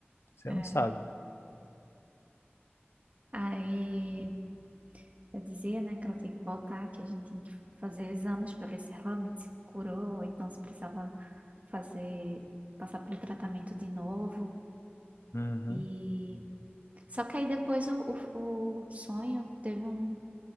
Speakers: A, on the left (about 85°); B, on the right (about 35°).
A: Você
B: É.
A: não sabe.
B: Aí eu dizia, né, que ela tinha que voltar, que a gente tinha que fazer exames para ver se realmente se curou, ou então se precisava fazer, passar pelo tratamento de novo.
A: Uhum.
B: E só que aí depois o, o, o sonho teve um